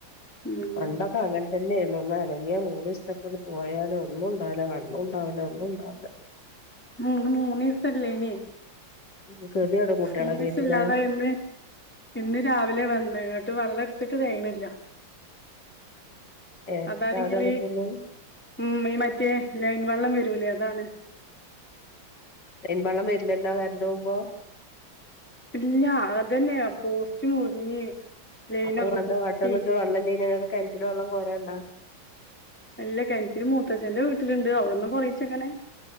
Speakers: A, in the centre; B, on the left (about 55°).
A: ഉം
B: പണ്ടൊക്കെ അങ്ങന തന്നെ ഒന്ന അനങ്ങിയ മൂന്ന് ഈസത്തക്കൊട് പോയല് ഒന്നും ഇണ്ടാവില്ല വെള്ളുണ്ടാവില്ല ഒന്നും ഇണ്ടാവില്ല
A: മൂന്ന് മൂന്നീസല്ലേനി
B: ഇനി ഗതികേട് കുട്ടികളൊക്കെ
A: മൂന്നീസം
B: ആയിട്ടില്ലേ
A: ഇല്ലാതെ ഇന്ന് ഇന്ന് രാവിലെ വന്ന് അങ്ങോട്ട് വെള്ളം എടുത്തിട്ട് തെകയിണില്ല
B: ഏഹ്
A: അതാണെങ്കിൽ
B: രാവിലെ വന്നിട്ടൊന്നും
A: ഉം ഈ മറ്റേ ലൈൻ വെള്ളം വരൂലേ അതാണ്
B: ലൈൻ വെള്ളം വരില്ലല്ലാ കരണ്ട് പോവുമ്പോ
A: ഇല്ല അതന്നെ പോസ്റ്റ് മുറിഞ്ഞ് ലൈനൊക്കെ
B: അപ്പൊ ഇങ്ങളെന്താ
A: പൊട്ടി
B: കാട്ടി ന്നിട്ട് കെൻറ്റില് വെള്ളംല്ലേന്നിട്ട് കെൻറ്റില് വള്ളം കോരണ്ടാ
A: അല്ല കൊൺറ്റില് മൂത്തച്ഛന്റെ വീട്ടിലുണ്ട് അവിടെന്ന് കൊറയിച്ചെ ഇങ്ങനെ